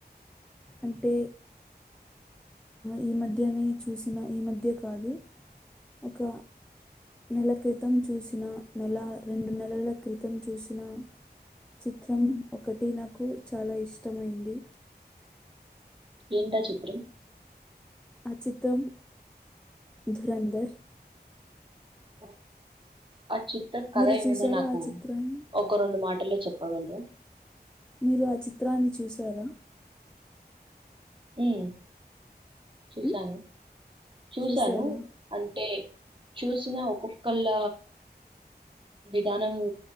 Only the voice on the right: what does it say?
ఏంటా చిత్రం
ఓ ఆ చిత్ర కథ
ఏమైనా
నాకు
ఒక రెండు మాటలో చెప్పగలర
ఏ చూసాను
చూసాను
అంటే చూసినా ఒక్కొక్కళ విధానము